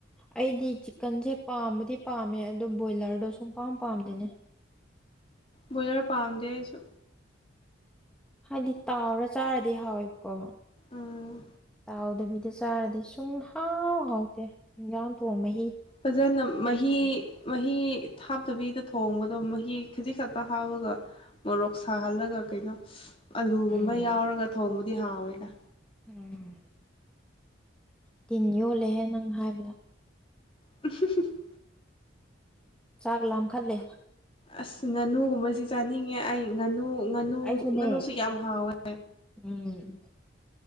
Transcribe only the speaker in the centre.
ꯑꯩꯗꯤ ꯆꯤꯛꯀꯟꯁꯦ ꯄꯥꯝꯕꯗꯤ ꯄꯥꯝꯃꯦ ꯑꯗꯨꯗꯣ ꯕꯣꯏꯂꯔꯗꯣ ꯁꯨꯡ ꯄꯥꯝ ꯄꯥꯝꯗꯤꯅꯦ
ꯍꯥꯏꯗꯤ ꯇꯥꯎꯔ ꯆꯥꯔꯗꯤ ꯍꯥꯎꯋꯦꯕꯀꯣ
ꯇꯥꯎꯗꯕꯤꯗ ꯆꯥꯔꯗꯤ ꯁꯨꯡ ꯍꯥꯎ ꯍꯥꯎꯇꯦ ꯏꯟꯖꯥꯡ ꯊꯣꯡꯕ ꯍꯤ
ꯎꯝ
ꯎꯝ ꯇꯤꯟ ꯌꯣꯜꯂꯦꯍꯦ ꯅꯪ ꯍꯥꯏꯕꯗꯣ
ꯆꯥꯛ ꯂꯝꯈꯠꯂꯦ
ꯑꯩꯁꯨꯅꯦ
ꯎꯝ